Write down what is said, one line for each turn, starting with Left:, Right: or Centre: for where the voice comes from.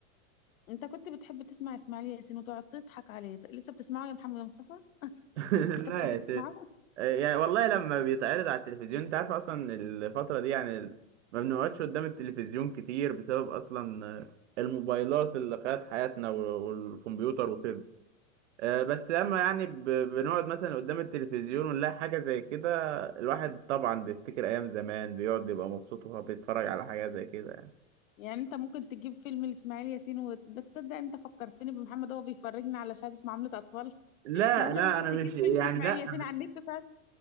Left: انت كنت بتحب تسمع اسماعيل ياسين وتقعد تضحك عليه لسه بتسمعه يا محمد مصطفى
Right: <laughs>
Left: لسه
Right: لا
Left: بتحب
Right: يا
Left: تسمعه
Right: شيخ يعني والله لما بيتعرض على التلفزيون انت عارف اصلا الفترة دي يعني ال- ما بنقعدش قدام التلفزيون كتير بسبب اصلا الموبايلات اللي خدت حياتنا وال- والكمبيوتر وكده آه، بس لما يعني ب- بنقعد مثلا قدام التلفزيون ونلاقي حاجة زي كده الواحد طبعا بيفتكر ايام زمان بيقعد بيبقى مبسوط وهو بيتفرج على حاجة زي كده يعني
Left: يعني انت ممكن تجيب فيلم لاسماعيل ياسين وده تصدق انت فكرتني بمحمد هو بيفرجنا على شهادة معاملة اطفال <laughs>
Right: لا
Left: يعني انت
Right: لا
Left: ممكن
Right: انا
Left: تجيب
Right: مش يعني
Left: فيلم لاسماعيل
Right: لا
Left: ياسين على النت وتقعد-